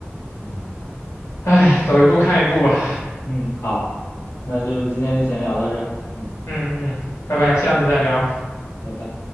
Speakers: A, on the left; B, on the left.
A: 嗯
B: 唉，走一步看一步吧。
A: 嗯，好，那就今天就先聊到这儿嗯，
B: 嗯嗯，拜拜，下次再聊。
A: 拜拜。